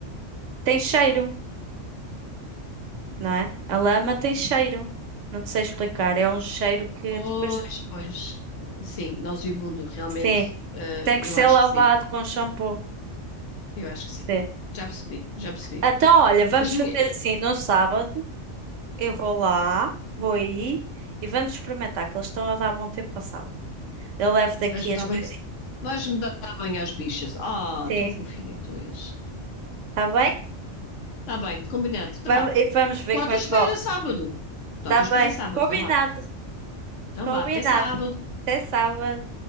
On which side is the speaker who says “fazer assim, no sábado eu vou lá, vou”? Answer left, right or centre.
Right